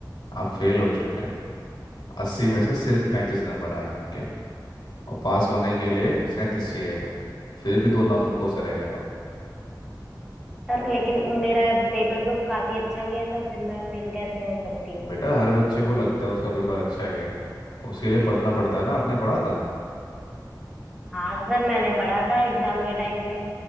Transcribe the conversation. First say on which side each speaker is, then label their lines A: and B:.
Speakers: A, on the left; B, in the centre.
A: आप फेल हो चुके हैं अस्सी में से सिर्फ पैंतीस नंबर आए आपके और पास होने के लिए सैंतीस चाहिए थे फिर भी दो अंकों से रह गए आप
B: सर लेकिन मेरा पेपर तो काफी अच्छा गया था फिर मैं फेल कैसे हो सकती हूँ
A: बेटा हर बच्चे को लगता है उसका पेपर अच्छा गया उसके लिए पढ़ना पड़ता है ना आपने पढ़ा था
B: हाँ सर मैंने पढ़ा था एग्जाम के टाइम पे